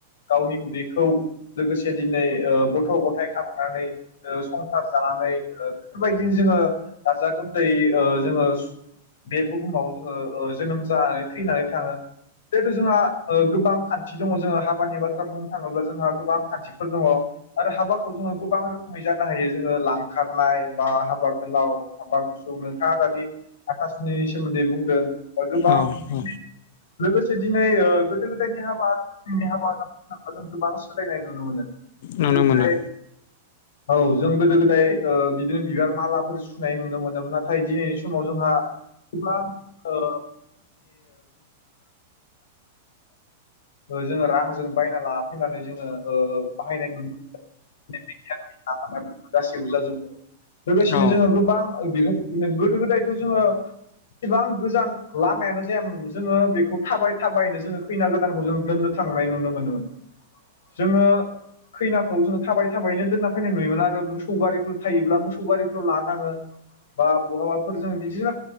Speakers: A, on the left (about 85°); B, on the left (about 65°).
A: गावनि उदैखौ लोगोसे दिनै ओ गथ' गथाय खांनानै ओ संसार जानानै ओ बेफोरबायदिनो जोंङो गाजा गोमदायै ओ जोंङो स बे बुहुमाव जोंङो ओ जोनोम जानानै थैनानै थांङो। जिहेथु जोंहा ओ गोबां खान्थि दंङ जोंङो हाबानि बाथ्रा बुंनो थांङोब्ला जोंहा गोबां खान्थिफोर दंङ। आरो हाबाखौ जोंङो गोबां रोखोमै जानो हायो जोंङो लांखारनाय बा हाब बा गोलाव हाबा गुसुं नोंथांङा दानि हाथासुनिनि सोमोन्दै बुंदों।
B: औ औ
A: <unintelligible> लोगोसे दिनै ओ गोदो गोदायनि हाबा <unintelligible> जों गोबां सोलायनाय नुनो मोनो।
B: नुनो
A: ओमफ्राय
B: मोना।
A: औ जों गोदो गोदाय ओ बिदिनो बिबार मालाफोर सुनाय नुनो मोनदोंमोन नाथाय दिनैनि समाव जोंहा गोबां ओ <unintelligible> जोंङो रांजों बायना लाना फैनानै जोंङो ओ बाहायनाय नुनो <unintelligible> गासैबो जाजोबबाय। लोगोसेनो
B: औ
A: जोंङो गोबां <unintelligible> गोदो गोदायथ' जोंङो एसेबां गोजान लामायानो जायामोन जोंङो बेखौ थाबाय थाबायनो जोंङो खैना गोदानखौ जों दोननो थांनाय नुनो मोनोमोन। जोंङो खैनाखौ जोंङो थाबाय थाबायैनो दोनना फैनाय नुयोमोन आरो मोसौ गारिफोर थायोब्ला मोस सौ गारिफ्राव लाना थांङो बा बहाबाफोर जोंङो बिदिनो